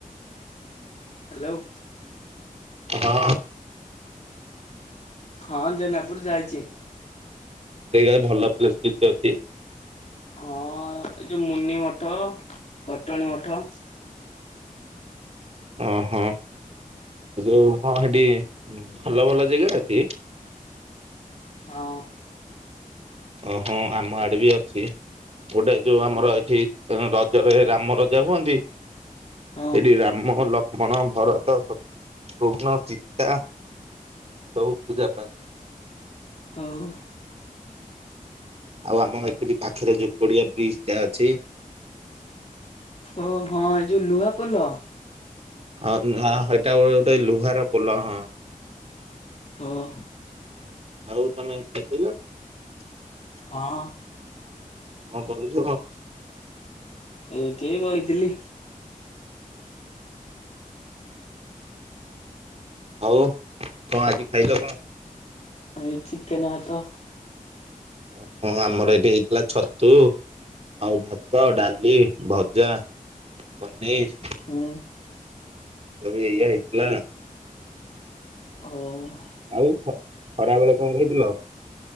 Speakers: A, on the left; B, on the right.
A: ହ୍ୟାଲୋ।
B: ହଁ।
A: ହଁ ଜେନାପୁର ଯାଇଛି।
B: ଏ ଗାଇ ଭଲ ପ୍ଲେସ ଟିଚ ଅଛି?
A: ହଁ ଏ ଯୋଉ ମୁନି ମଠ କଟଣୀ ମଠ।
B: ଅଁ ହଁ। ଯୋଉ ହଁ ସେଠି ଭଲ ଭଲ ଜେଗା ଅଛି?
A: ହଁ।
B: ଓହୋ ଆମ ଆଡେ ବି ଅଛି। ଗୋଟେ ଯୋଉ ଆମର ଏଠି ଉଁ ରଜରେ ରାମ ରଜା ହୁଅନ୍ତି
A: ହଁ।
B: ଏଠି ରାମ ଲ କ୍ଷ୍ମଣ ଭରତ ସତୃଘ୍ନ ସିତା ସବୁ ପୂଜା ପାଆନ୍ତି।
A: ହଉ।
B: ଆଉ ଆମ ଏଥିବି ପାଖରେ ଯୋଉ ପଡିଆ ବ୍ରିଜ ଟା ଅଛି
A: ଓ ହଁ ଏଇ ଯୋଉ ଲୁହା ପୋଲ?
B: ହଁ ନା ହେଟା ଗୋଟେ ଲୁହାର ପୋଲ ହଁ।
A: ହଁ।
B: ଆଉ ତମେ ଖାଇ ସାରିଲଣି?
A: ହଁ।
B: କଣ କରୁଛୁ କଣ?
A: ଏଇଠି ବଇଥିଲି।
B: ଆଉ କଣ ଆଜି ଖାଇଲ କଣ?
A: ଏଇ ଚିକେନ ଭାତ।
B: ଓ ହଁ ଆମର ଏଇଠି ହେଇଥିଲା ଛତୁ। ଆଉ ଭାତ ଡାଲି ଭଜା ପନିର।
A: ଉଁ।
B: ସବୁ ଏୟା ହେଇଥିଲା।
A: ଓ
B: ଆଉ ଖ ଖରା ବେଳେ କଣ ଖାଇଥିଲ?